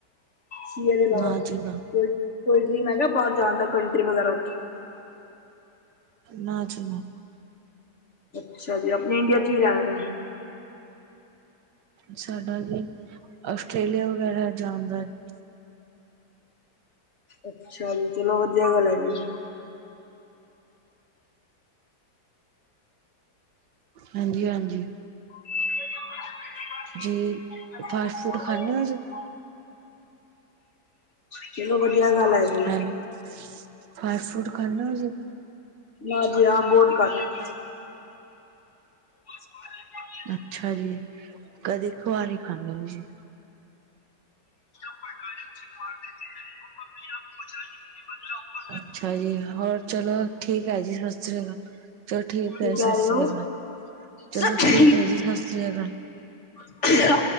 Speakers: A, on the left; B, on the right.
A: ਸੀ ਏ ਦੇ ਇਲਾਵਾ,
B: ਨਾ ਜੀ ਨਾ,
A: ਕੋਈ ਕੋਈ ਡਰੀਮ ਹੈਗਾ ਬਾਹਰ ਜਾਣ ਦਾ, ਕੰਟਰੀ ਵਗੈਰਾ।
B: ਨਾ ਜੀ ਨਾ।
A: ਅੱਛਾ ਜੀ, ਆਪਣੇ ਇੰਡੀਆ ਕੀ ਰਹਿਣ ਦਾ।
B: ਸਾਡਾ ਜੀ, ਆਸਟ੍ਰੇਲੀਆ ਵਗੈਰਾ ਜਾਣ ਦਾ‌ ਅ
A: ਅੱਛਾ ਜੀ, ਚਲੋ ਵਧੀਆ ਗੱਲ ਹੈਗੀ।
B: ਹਾਂਜੀ ਹਾਂਜੀ
A: <unintelligible>
B: ਜੀ
A: ਖਾਲੀ
B: ਫਾਸਟ ਫੂਡ ਖਾਂਦੇ ਹੋ ਜੀ?
A: ਚਲੋ ਵਧੀਆ ਗੱਲ ਆ ਹੈ ਜੀ।
B: ਹੈਲੋ ਫਾਸਟ ਫੂਡ ਖਾਂਦੇ ਹੁੰਦੇ ਜੇ
A: ਨਾ ਜੀ ਨਾ ਬਹੁਤ ਘੱਟ <unintelligible> ਖਾਲੀ ਬ <unintelligible> <unintelligible>
B: ਅੱਛਾ ਜੀ ਕਦੇ ਕਦਾਰ ਹੀ ਖਾਂਦੇ ਜੀ
A: ਡਟਿ ਮਾਰਤੇ ਹੈ ਆਪਣੇ ਆਪ ਬਚਾ <unintelligible> ਬ <unintelligible>
B: ਅੱਛਾ ਜੀ ਹੋਰ ਚਲੋ ਠੀਕ ਹੈ ਜੀ ਸਤਿ ਸ੍ਰੀ ਅਕਾਲ ਚਲੋ
A: ਕੀ
B: ਠੀਕ ਹੈ ਜੀ
A: ਕਹਿ
B: ਸਤਿ
A: ਰਹੇ
B: ਸ੍ਰੀ
A: ਹੋ?
B: ਅਕਾਲ ਚਲੋ
A: ਸਤਿ
B: ਠੀਕ ਹੈ ਜੀ ਸਤਿ ਸ੍ਰੀ ਅਕਾਲ
A: <unintelligible> ਕਿਆ